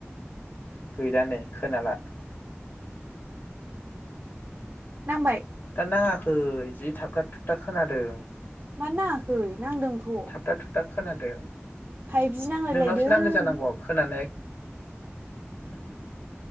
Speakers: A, on the left; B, on the right.
A: गैला नै खोनाला।
B: नांबाय
A: दा नाङाखै जि थाबथा थुबथा खोनादों।
B: मानो नांआखै? नांदोंथ'
A: थाबथा थुबथा खोनादों।
B: फाइभजि नांलायलायदों
A: नोंनावसो नांदों जानांगौ खोनानाय अम